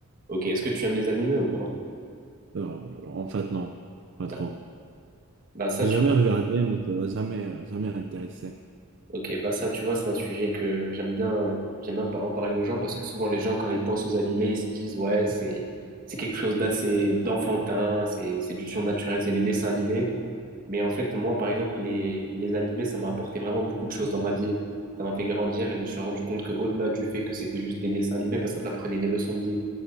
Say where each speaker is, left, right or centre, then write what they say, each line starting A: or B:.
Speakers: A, on the right; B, on the right.
A: Ok, est-ce que tu aimes les animés ou pas?
B: Alors, en fait, non, pas
A: Bah,
B: trop.
A: bah ça,
B: J'ai
A: tu
B: jamais
A: vois,
B: regardé, mais ça m'a jamais, euh, jamais intéressé.
A: ok, bah ça, tu vois, c'est un sujet que j'aime bien, j'aime bien par- en parler aux gens parce que souvent les gens, quand ils pensent aux animés, ils se disent, ouais, c'est, c'est quelque chose d'assez d'enfantin, c'est, c'est du surnaturel, c'est des dessins animés. Mais en fait, moi, par exemple, les, les animés, ça m'a apporté vraiment beaucoup de choses dans ma vie. Ça m'a fait grandir et je me suis rendu compte que au-delà du fait que c'était juste des dessins animés, bah, ça t'apprenait des leçons de vie.